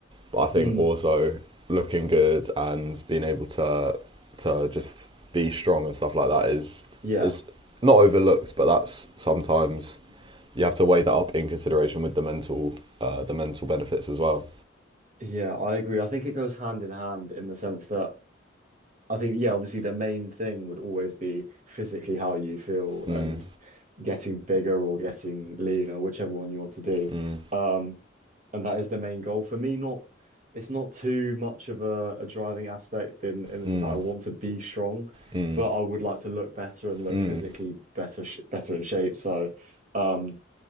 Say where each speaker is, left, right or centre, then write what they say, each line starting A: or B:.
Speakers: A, on the right; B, on the right.
A: but I think
B: Mm,
A: also looking good and being able to to just be strong and stuff like that is
B: yeah,
A: is not overlooked, but that's sometimes you have to weigh that up in consideration with the mental uh, the mental benefits as well.
B: yeah, I agree. I think it goes hand in hand in the sense that I think, yeah, obviously the main thing would always be physically how you feel and
A: Mm,
B: getting bigger or getting leaner, whichever one you want to do.
A: mm,
B: Um, and that is the main goal. For me, not it's not too much of a, a driving aspect in in the
A: mm,
B: sense that I want to be strong,
A: mm,
B: but I would like to look better and look
A: mm,
B: physically better sh better in shape. So, um,